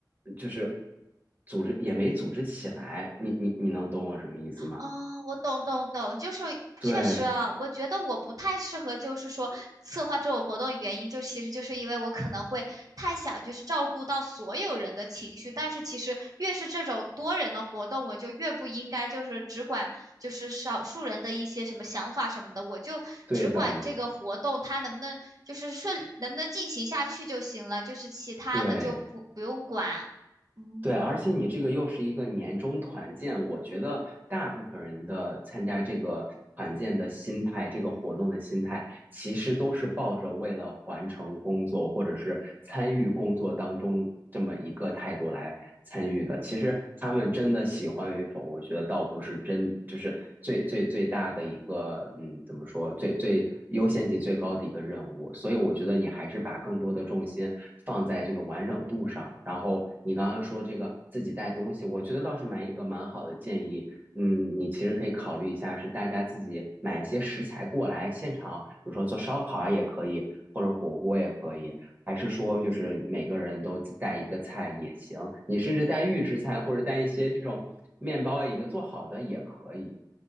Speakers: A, on the right (about 25°); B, on the right (about 55°).
A: 就是组织也没组织起来。你你你能懂我什么意思吗？
B: 哦，我懂懂懂，就是确实啊，
A: 对，
B: 我觉得我不太适合，就是说策划这种活动的原因，就其实就是因为我可能会太想就是照顾到所有人的情绪，但是其实越是这种多人的活动，我就越不应该就是只管就是少数人的一些什么想法什么的，我就只管这个活动它能不能就是顺能不能进行下去就行了，
A: 对的，
B: 就是其他的就不不用管。
A: 对
B: 嗯，
A: 对，而且你这个又是一个年终团建，我觉得大部分人的参加这个团建的心态，这个活动的心态其实都是抱着为了完成工作或者是参与工作当中这么一个态度来参与的。其实他们真的喜欢与否，我觉得倒不是真，就是最最最大的一个，嗯，怎么说，最最优先级最高的一个任务。所以我觉得你还是把更多的重心放在这个完整度上。然后你刚刚说这个自己带东西，我觉得倒是蛮一个蛮好的建议。嗯，你其实可以考虑一下，是大家自己买一些食材过来，现场，比如说做烧烤啊也可以，或者火锅也可以，还是说就是每个人都自带一个菜也行，你甚至带预制菜或者带一些这种面包啊已经做好的也可以。